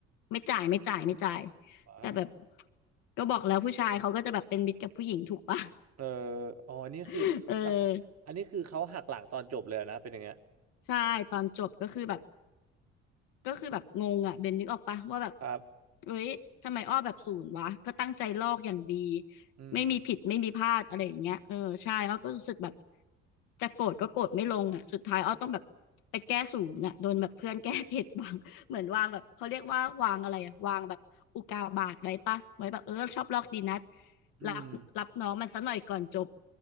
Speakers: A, on the left; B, on the right.
A: ไม่จ่ายไม่จ่ายไม่จ่าย
B: ว้าว
A: แต่แบบก็บอกแล้วผู้ชายเขาก็จะแบบเป็นมิตรกับผู้หญิงถูกปะ
B: เอออ๋ออันนี้คือแล้ว
A: <laughs> เออ
B: อันนี้คือเขาหักหลังตอนจบเลยนะเป็นอย่างเงี้ย
A: ใช่ตอนจบก็คือแบบ ก็คือแบบงงอ่ะเบนนึกออกปะว่าแบบ
B: ครับ
A: เฮ้ยทำไมอ้อแบบศูนย์วะก็ตั้งใจลอกอย่างดี
B: อืม
A: ไม่มีผิดไม่มีพลาดอะไรอย่างเงี้ยเออใช่อ้อก็รู้สึกแบบจะโกรธก็โกรธไม่ลงอ่ะสุดท้ายอ้อต้องแบบไปแก้ศูนย์อ่ะโดนแบบเพื่อนแก้ผิดวาง <laughs> เหมือนวางแบบเขาเรียกว่าวางอะไรอะวางแบบอุกาบาตไว้ปะไว้แบบเออชอบลอกดีนัด
B: อืม
A: รับรับน้องมันซะหน่อยก่อนจบ